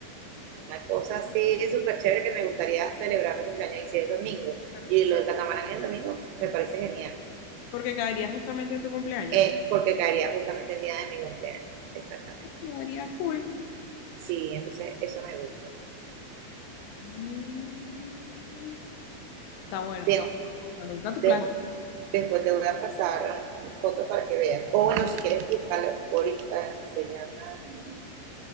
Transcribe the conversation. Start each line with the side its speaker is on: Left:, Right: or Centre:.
Right: una cosa así súper chévere que me gustaría celebrar mi cumpleaños y si es domingo,
Left: Claro.
Right: y lo del catamarán es el domingo, me parece genial,
Left: Porque caería justamente en tu cumpleaños.
Right: eh, porque caería justamente el día de mi cumpleaños. Exactamente.
Left: Ah, Quedaría cool.
Right: Sí, entonces eso me gusta.
Left: Mm. Está bueno, está
Right: Bien,
Left: bueno. O sea, Me gusta tu
Right: de-
Left: plan.
Right: después te voy a pasar mm, fotos para que veas. O bueno, si quieres buscarlo por Instagram, se llama